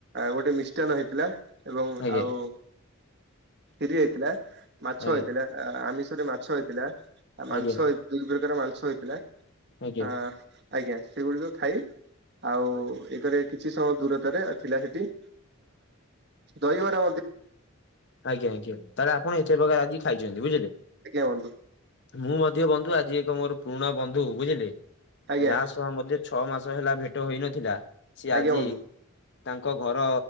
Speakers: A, on the right; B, on the left.
A: ଗୋଟେ ମିଷ୍ଟାନ ହେଇଥିଲା ଏବଂ
B: ଆଜ୍ଞା
A: ଆଉ କିରି ହେଇଥିଲା ମାଛ
B: ଆଜ୍ଞା
A: ହେଇଥିଲା ଆମିଷରେ ମାଛଇଥିଲା। ଥିଲା
B: ଆଜ୍ଞା
A: ମାଂସଇ ଦୁଇ ପ୍ରକାର ମାଂସ ହେଇଥିଲା
B: ଆଜ୍ଞା
A: ଆ ଆଜ୍ଞା ସେଗୁଡିକ ଖାଇ ଆଉ ଏକରେ କିଛି ସମୟ ଦୂରତରେ ଥିଲା ସେଇଠି ଦୈିବର
B: ଆଜ୍ଞା ଆଜ୍ଞା ତାହେଲେ ଆପଣ ଏତେ ପ୍ରକାର ଆଜି ଖାଇଛନ୍ତି ବୁଝିଲେ।
A: ଆଜଞାୁନ୍ତୁ <unintelligible>
B: ମୁଁ ମଧ୍ୟ ବନ୍ଧୁ ଆଜି ଏକ ମୋର ପୁରୁଣା ବନ୍ଧୁ ବୁଝିଲେ
A: ଆଜ୍ଞା
B: ଯାହା ସହ ମଧ୍ୟ ଛଅ ମାସ ହେଲା ଭେଟ ହୋଇନଥିଲା ସିଏ
A: ଆଜ୍ଞା
B: ଆଜି
A: ବନ୍ଧୁ
B: ତାଙ୍କ ଘର